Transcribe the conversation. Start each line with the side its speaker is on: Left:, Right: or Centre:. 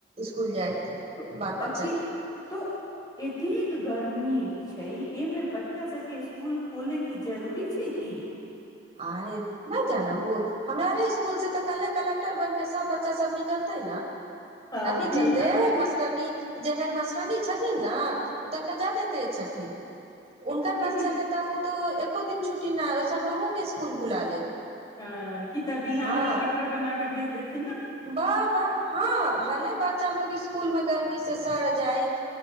Right: स्कूल जाइत
Left: तो
Right: बाल बच्चा
Left: अति
Right: के
Left: तो एतेक गर गर्मी छै एहिमे बच्चा सबके स्कूल खोलैके जरूरी छै की
Right: आइ नहि जान हो हमरा ने स्कुल से तऽ कले कलेक्टर बन के सब बच्चा सब निकलते
Left: हँ
Right: अही चलते
Left: ई ह
Right: मटरनी जे हेडमटरनी छथिन न ओ तनका जादे तेज छथिन हुनकर बस
Left: ह
Right: चलै तऽ उ तऽ एको दिन छुटी नहि संडेहो के स्कूल बुला लेत
Left: हँ क तऽ बिहान
Right: हँ
Left: कलेक्टर बना के भेज देथि
Right: वाह वाह हँ भले बच्चा लोग स्कूल मे गर्मी से सड़ जाइ